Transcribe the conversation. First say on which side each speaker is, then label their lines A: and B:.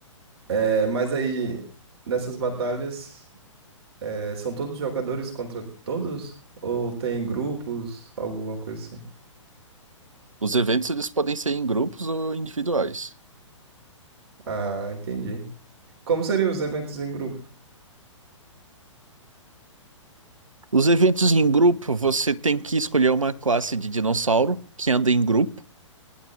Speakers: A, on the right; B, on the right.
A: É, mas aí, nessas batalhas, é, são todos jogadores contra todos? Ou tem grupos, alguma coisa assim?
B: Os eventos eles podem ser em grupos ou individuais.
A: Ah, entendi. Como seriam os eventos em grupo?
B: Os eventos em grupo, você tem que escolher uma classe de dinossauro que anda em grupo.